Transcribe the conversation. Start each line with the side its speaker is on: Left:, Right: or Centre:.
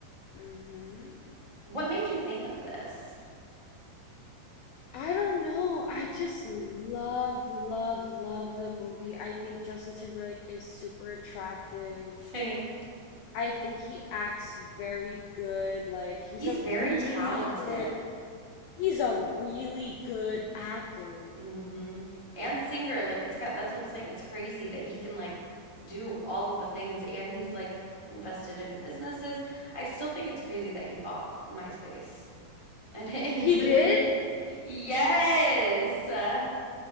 Left: hmm
Right: What made you think of this?
Left: I don't know. I just love, love, love the movie. I think Justin Timberlake is super attractive.
Right: <laughs> Same.
Left: I think he acts very good. Like he's
Right: He's
Left: a
Right: very
Left: really
Right: talented.
Left: good he's a really good actor.
Right: Mm-hmm. And singer, like it's kind that's what I'm saying. It's crazy that he can like do all of the things and he's like invested in businesses. I still think it's crazy that he bought MySpace and it <laughs>
Left: He
Right: ended
Left: did?
Right: up Yes. Uh,